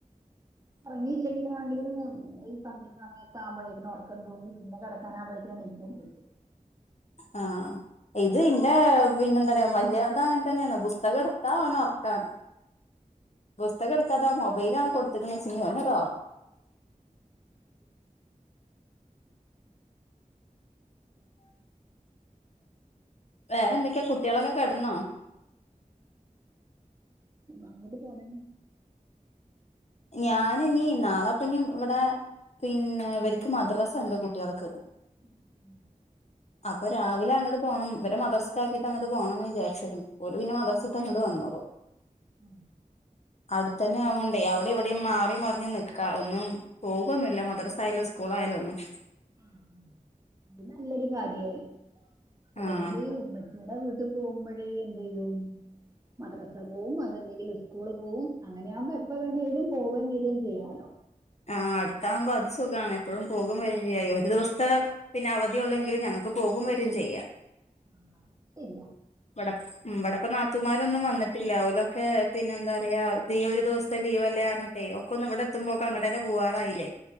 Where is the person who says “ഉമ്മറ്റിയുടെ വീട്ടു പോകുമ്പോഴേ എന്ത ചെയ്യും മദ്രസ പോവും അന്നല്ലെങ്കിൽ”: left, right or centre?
Right